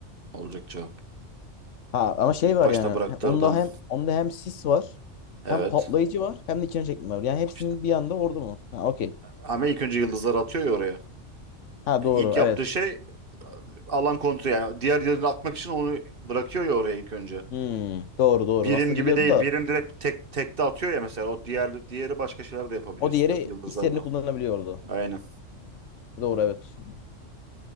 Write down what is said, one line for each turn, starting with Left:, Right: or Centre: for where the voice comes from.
Right: olacak cevap.
Left: Ha ama şey
Right: İlk
Left: var
Right: başta
Left: yani.
Right: bıraktırdın.
Left: Onda hem onda hem sis var.
Right: Evet.
Left: Hem patlayıcı var. Hem de içine çekme var. Yani hepsinin
Right: İşte
Left: bir anda vurdu mu? Ha okey.
Right: ama ilk önce yıldızlar atıyor ya oraya.
Left: Ha
Right: E,
Left: doğru
Right: İlk yaptığı
Left: evet.
Right: şey e, alan kontrolü yani diğer yıldızı atmak için onu bırakıyor ya oraya ilk önce.
Left: Hmm, doğru doğru.
Right: Birim
Left: Aslında
Right: gibi
Left: biliyordum
Right: değil.
Left: da
Right: Birim direkt tek tekte atıyor ya mesela. O diğer diğeri başka şeyler de yapabiliyor
Left: o
Right: usta-
Left: diğeri
Right: yıldızlarla.
Left: istediğini kullanabiliyordu.
Right: Aynen.
Left: Doğru evet.